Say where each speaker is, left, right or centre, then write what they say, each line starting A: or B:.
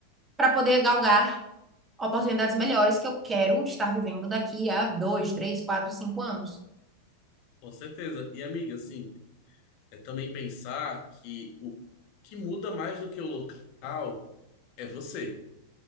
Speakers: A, on the right; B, on the left.
A: para poder galgar oportunidades melhores que eu quero estar vivendo daqui a dois, três, quatro, cinco anos.
B: com certeza. E amiga, assim, é também pensar que o que muda mais do que o local é você.